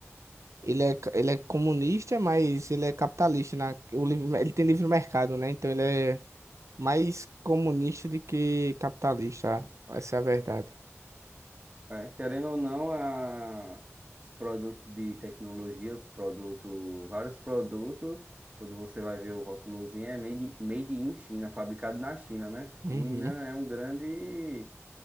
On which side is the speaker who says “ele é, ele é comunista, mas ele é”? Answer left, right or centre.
Right